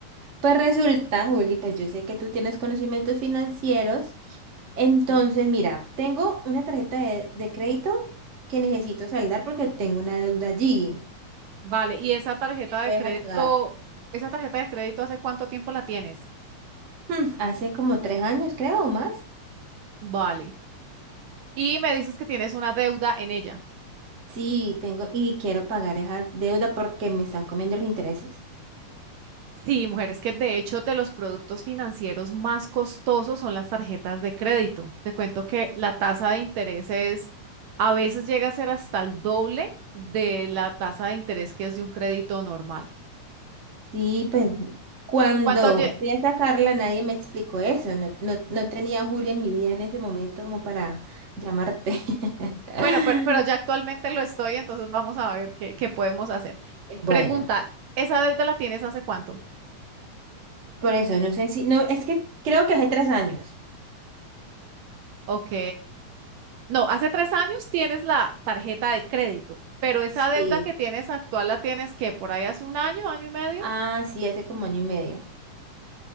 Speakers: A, on the right; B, on the right.
A: Pues resulta, Juli, pues yo sé que tú tienes conocimientos financieros. Entonces,
B: Sí.
A: mira, tengo una tarjeta de, de crédito que necesito saldar porque tengo una deuda allí.
B: Vale, ¿y esa tarjeta
A: Si me puedes
B: de crédito,
A: ayudar.
B: esa tarjeta de crédito, hace cuánto tiempo la tienes?
A: Hmm, Hace como tres años, creo, o más.
B: Vale. Y me dices que tienes una deuda en ella.
A: Sí, tengo y quiero pagar esa deuda porque me están comiendo los intereses.
B: Sí, mujeres, que de hecho de los productos financieros más costosos son las tarjetas de crédito. Te cuento que la tasa de interés es, a veces llega a ser hasta el doble de la tasa de interés que es de un crédito normal.
A: Sí, pues cuando
B: ¿Y cuánto lle-
A: fui a sacarla nadie me explicó eso. No, no, no tenía a Julia en mi vida en ese momento como para llamarte. <laughs>
B: Bueno, pero, pero ya actualmente lo estoy, entonces vamos a ver qué, qué podemos hacer.
A: Bueno,
B: Pregunta, ¿esa deuda la tienes hace cuánto?
A: por eso, no sé si... No, es que creo que hace tres años.
B: Ok. No, hace tres años tienes la tarjeta de crédito, pero esa
A: Sí.
B: deuda que tienes actual la tienes que por ahí hace un año, año y medio.
A: Ah, sí, hace como año y medio.